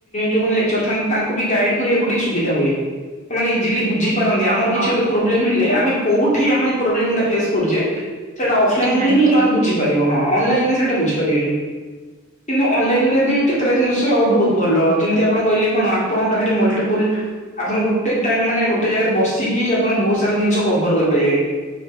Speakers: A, on the left; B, on the right.
A: ଯୋଉମାନେ ଲେକଚର ଥାଆନ୍ତି ତାଙ୍କୁ ବି ଗାଇଡ୍ କରିବାକୁ ଟିକେ ସୁବିଧା ହୁଏ। ମାନେ ଇଜିଲି ବୁଝେଇପାରନ୍ତି
B: ହଁ
A: ଆମର
B: ହଁ
A: କିଛି ଗୋଟେ ପ୍ରୋବ୍ଲେମ ହେଲେ ଆମେ କୋଉଠି ଆମେ ପ୍ରୋବ୍ଲୋମଟା ଫେସ୍ କରୁଚେ ସେଇଟା ଅଫଲାଇନରେ
B: ସେ ଜାଣିପାରନ୍ତି।
A: ହିଁ ଜଣେ ବୁଝିପାରିବ ହିଁ ଅନଲାଇନରେ ସେଟା ବୁଝି ପାରିବେନେଇ। କିନ୍ତୁ ଅନଲାଇନରେ ବି କେତେଟା ଜିନିଷ ବୋହୁତ ଭଲ ଯେମତି ଆପଣ କହିଲେ କଣ ଆପଣଙ୍କ ପାଖରେ ମଲଟିପୁଲ୍ ଆପଣ ଗୋଟେ ଟାଇମ ମାନେ ଗୋଟେ ଜାଗାରେ ବସିକି ଆପଣ ବୋହୁତ ସାରା ଜିନିଷ କଭର କରିପାରିବେ।